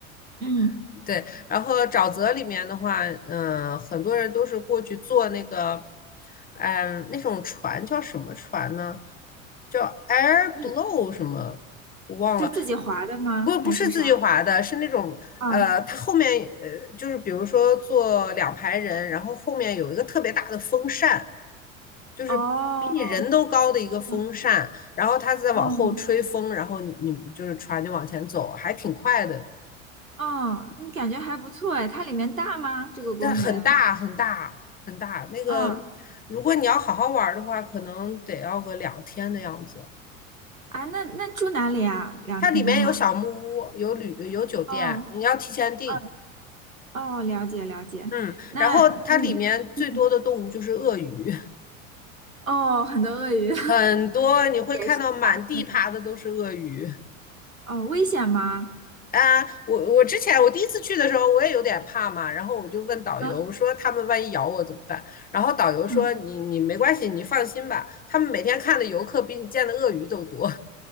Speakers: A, on the right; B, on the left.
A: 嗯，
B: <laughs> 对，然后沼泽里面的话，嗯、很多人都是过去坐那个，嗯、那种船叫什么船呢？叫 Air
A: 是
B: Blow 什么，我忘了。
A: 就自己划的吗？
B: 不，不是自己划的，
A: 还是啥？
B: 是那种呃，
A: 啊
B: 它后面呃，就是比如说坐两排人，然后后面有一个特别大的风扇，就是比你人都高的一个风扇，
A: 哦，知道，
B: 然后它再往后吹风，
A: 嗯
B: 然后你你就是船就往前走，还挺快的，
A: 嗯，嗯感觉还不错哎。它里面大吗？这个公园？
B: 但很大很大很大。那个如果你要好好玩儿的话，
A: 嗯
B: 可能得要个两天的样子。
A: 啊，那那住哪里啊？两天的话，
B: 它里面有小木屋，有旅有酒店，
A: 哦
B: 你要提前订。
A: 哦哦，了解了解。
B: 嗯，
A: 那嗯嗯，
B: 然后它里面最多的动物就是鳄鱼，
A: 哦，很多鳄鱼，<laughs> 野
B: 很多你会看到满地爬的都是鳄鱼。
A: 生的那个，哦，危险吗？
B: 啊，我我之前我第一次去的时候，我也有点怕嘛，然后我就问导游，
A: 啊
B: 我说他们万一咬我怎么办？然后导游说你你没关系，
A: 嗯，
B: 你放心吧，他们每天看的游客比你见的鳄鱼都多。